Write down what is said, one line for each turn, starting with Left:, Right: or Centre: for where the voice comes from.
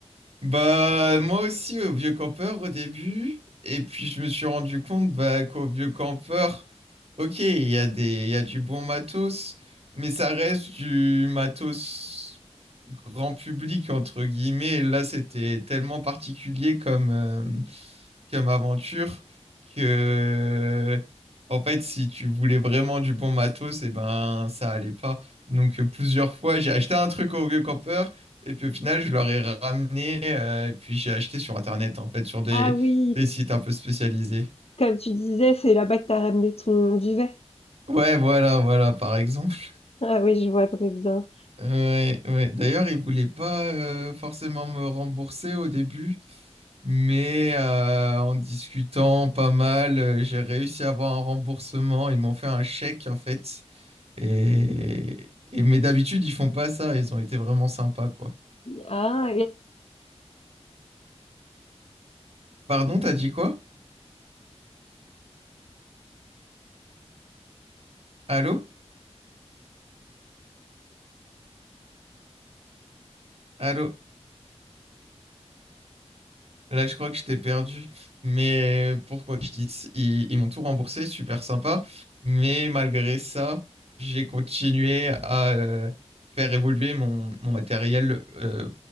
Right: Bah, moi aussi, au vieux campeur au début. Et puis, je me suis rendu compte bah, qu'au vieux campeur, Ok, il y a des, il y a du bon matos, mais ça reste du matos grand public, entre guillemets. Et Là, c'était tellement particulier comme, euh, comme aventure que, en fait, si tu voulais vraiment du bon matos, et ben, ça allait pas. Donc, euh, plusieurs fois, j'ai acheté un truc au vieux campeur, et puis au final, je leur ai ramené, euh, et puis j'ai acheté sur Internet, en fait, sur des,
Left: Ah oui,
Right: des sites un peu spécialisés.
Left: Comme tu disais, c'est là-bas que tu as ramené ton duvet.
Right: Ouais, voilà, voilà, par exemple.
Left: Ah oui, je vois très bien.
Right: Ouais, ouais. D'ailleurs, ils voulaient pas euh, forcément me rembourser au début, mais euh, en discutant pas mal, euh, j'ai réussi à avoir un remboursement. Ils m'ont fait un chèque en fait. Et, et mais d'habitude, ils font pas ça. Ils ont été vraiment sympas, quoi.
Left: Ah, et
Right: Pardon, t'as dit quoi? Allô? Allô? Là, je crois que je t'ai perdu. Mais pourquoi que je dis, ils, ils m'ont tout remboursé, super sympa. Mais malgré ça, j'ai continué à euh, faire évoluer mon, mon matériel euh,